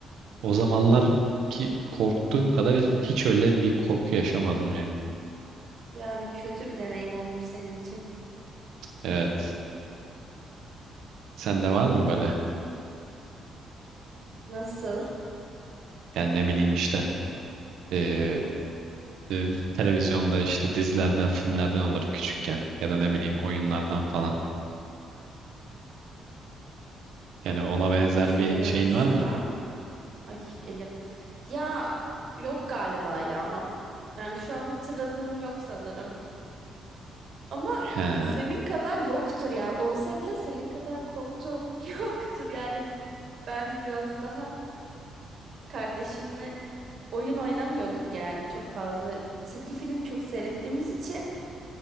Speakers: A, on the right; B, on the right.
A: o zamanlar ki korktuğum kadar hiç, hiç öyle bir korku yaşamadım ya.
B: Yani kötü bir deneyim olmuş senin için.
A: Evet. Sende
B: Anladım.
A: var mı böyle?
B: Nasıl?
A: Yani ne bileyim işte. Ee, e, televizyonda işte dizilerden, filmlerden olur küçükken ya da ne bileyim oyunlardan falan. Yani ona benzer
B: Düşünüyorum
A: bir şeyin
B: şu
A: var mı?
B: an. Ay elim. Ya yok galiba ya. Yani şu an hatırladığım yok sanırım. Ama
A: He.
B: senin kadar yoktur yani. Olsa bile senin kadar korktuğum <laughs> yoktur. Yani ben biraz daha kardeşimle oyun oynamıyorduk yani çok fazla. Çizgi film çok seyrettiğimiz için